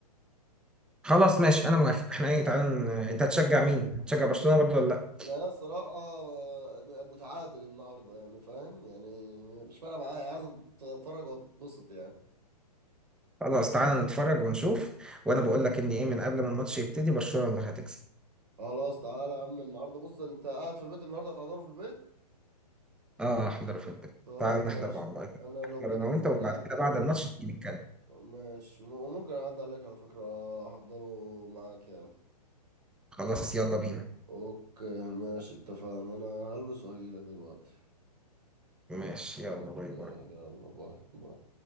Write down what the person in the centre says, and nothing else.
خلاص ماشي انا موافق احنا ايه تعالى ن- انت هتشجع مين هتشجع برشلونه برضه ولا لا
خلاص تعالى نتفرج ونشوف وانا بقول لك ان ايه من قبل ما الماتش يبتدي برشلونه اللي هتكسب
اه احضر في البيت
تعالى
نحضر مع بعض
نحضر
انا
وانت وبعد
كده بعد الماتش نيجي نتكلم
خلاص يلا بينا
ماشي
يلا باي باي